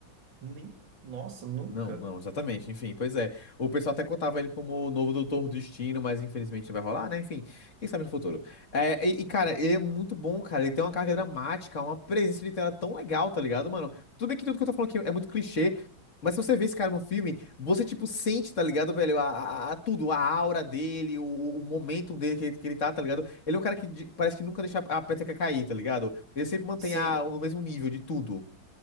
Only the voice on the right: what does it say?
Nem... Nossa, nunca.
Sim,